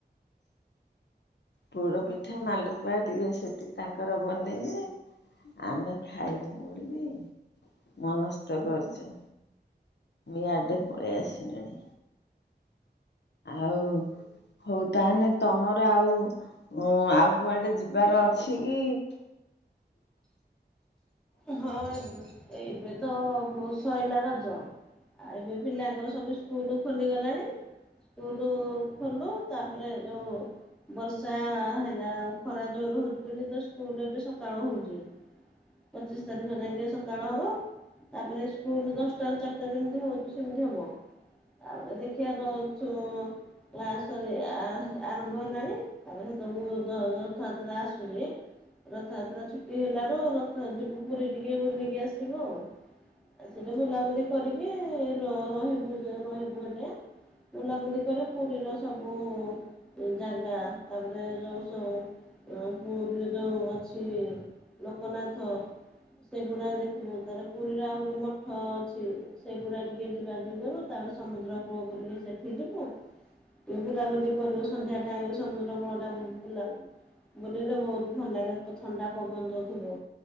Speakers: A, on the left (about 80°); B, in the centre.
A: ପୋଡ଼ ପିଠା ମାଲପୁଆ ଦିଅ ସେଠି ତାଙ୍କର ବନେଇବେ। ଆମେ ଖାଇମୁ ବୋଲି ମାନସ୍ତ କରିଛୁ। ବି ଆଡେ ପଳେଇ ଆସି ନିଣୀ। ଆଉ ହଉ ତାହେନେ ତମର ଆଉ ଆଉ କୁଆଡ଼େ ଯିବାର ଅଛି କି?
B: ହଁ <unintelligible> ଏବେ ତ ଶଇଲା ରଜ। ଆଉ ଏବେ ପିଲାଙ୍କର ସବୁ ସ୍କୁଲ ଖୋଲିଗଲାଣି। ସ୍କୁଲୁ ଖୋଲୁ ତାପରେ ଯୋଉ ବର୍ଷା ହେଲା ଖରା ଜୋର ହଉଛି ବୋଲି ତ ସ୍କୁଲ ଏବେ ସକାଳୁ ହଉଛି। ପଚିଶି ତାରିଖ ଯାଇକେଁ ସକାଳ ହବ। ତାପରେ ସ୍କୁଲ ଦଶଟାରୁ ଚାରିଟା ଯେମିତି ହଉଛି ସେମିତି ହବ। ତାପରେ ଦେଖିବା ରହୁଛୁ <unintelligible> ଆ ଆରମ୍ଭ ହେଲାଣି ତାପରେ ସେତବେଳକୁ ର ରଥଯାତ୍ରା ଆସୁଛି। ରଥଯାତ୍ରା ଛୁଟି ହେଲାଠୁ ରଥରେ ଯିବୁ ପୁରୀ ଟିକେ ବୁଲିକି ଆସିବୁ ଆଉ। ଆ ସେଠୀ ବୁଲାବୁଲି କରିକି ର ରହିବୁ ରହିବୁ ହେଲେ। ବୁଲାବୁଲି କରେ ପୁରୀରେ ସବୁ ଜାଗା ତାପରେ ଯୋଉ ସୋ ଏ ପୁରୀରେ ଯୋଉ ଅଛି ଲୋକନାଥ। ସେଗୁଡ଼ା ଦେଖିବୁ ତାଲେ ପୁରୀରେ ଆହୁରି ମଠ ଅଛି। ସେଗୁଡ଼ା ଟିକେ ଯିବା ଜି କରୁ ତାପରେ ସମୁଦ୍ର କୂଳକୁ ଟିକେ ସେଠି ଯିବୁ। ଏ ବୁଲାବୁଲି କରିବ ସନ୍ଧ୍ୟା ଟାଇମ୍ ରେ ସମୁଦ୍ର କୁଳ ଟା ବୁଲା ବୁଲିଲେ ବହୁତ ଭଲ ଲାଗେ ତ ଥଣ୍ଡା ପବନ ଦଉଥିବ।